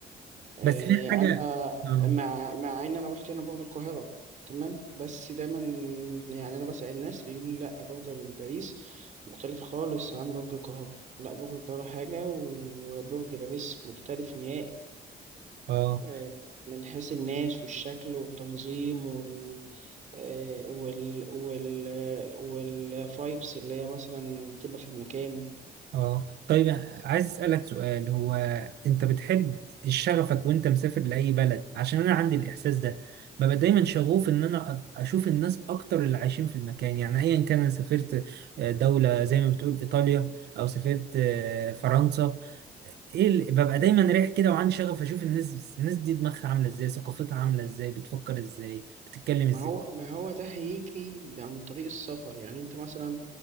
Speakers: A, on the right; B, on the right.
A: آه،
B: بس في حاجه
A: أنا
B: اه
A: مع مع إن أنا رحت هنا برج القاهرة تمام بس دايما يعني أنا بسأل الناس بيقولوا لي لأ برج باريس مختلف خالص عن برج القاهرة لا برج القاهرة حاجة وبرج باريس مختلف نهائي
B: اه
A: آه، من حيث الناس والشكل والتنظيم وال آه، وال وال والفايبس اللي هي مثلا بتبقى في المكان
B: اه طيب عايز اسالك سؤال هو انت بتحب شغفك وانت مسافر لاي بلد عشان انا عندي الاحساس ده ببقى دايما شغوف ان انا أ- اشوف الناس اكتر اللي عايشين في المكان يعني ايا كان انا سافرت آه، دوله زي ما بتقول ايطاليا او سافرت آه، فرنسا ايه اللي ببقى دايما رايح كده وعندي شغف اشوف الناس الناس دي دماغها عامله ازاي ثقافتها عامله ازاي بتفكر ازاي بتتكلم ازاي
A: ما هو ما هو ده هيجي عن طريق السفر يعني انت مثلا